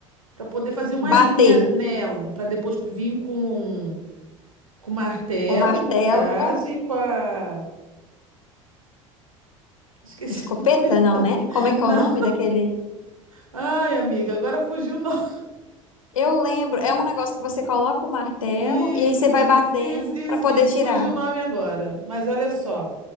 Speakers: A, on the right; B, on the left.
A: para poder fazer uma
B: bater,
A: linha nela, para depois vir com um Com martelo,
B: o martelo,
A: no caso, e com a. <laughs> Esqueci
B: escopeta,
A: o nome
B: não,
A: agora.
B: né? Como é que
A: Não.
B: é o nome daquele?
A: Ai, amiga, agora fugiu o nome.
B: Eu lembro, é um negócio que você coloca o martelo
A: Isso,
B: e aí você vai
A: isso,
B: batendo
A: isso, isso,
B: pra poder
A: isso.
B: tirar.
A: Fugiu o nome agora. Mas olha só.